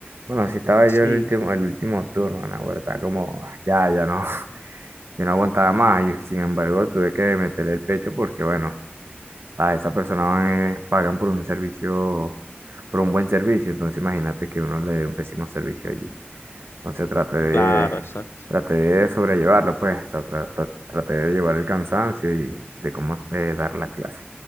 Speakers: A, on the right; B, on the left.
A: Bueno, si estaba
B: Sí,
A: yo el último, el último turno, Nahuatl, estaba como, ya, ya no, <laughs> yo no aguantaba más, y sin embargo tuve que meterle el pecho porque, bueno, sea, esa persona eh, pagan por un servicio, por un buen servicio, entonces imagínate que uno le dé un pésimo servicio allí. Entonces traté de,
B: claro, exacto.
A: traté de sobrellevarlo, pues, o sea, tra- tra- traté de llevar el cansancio y de cómo eh, dar la clase.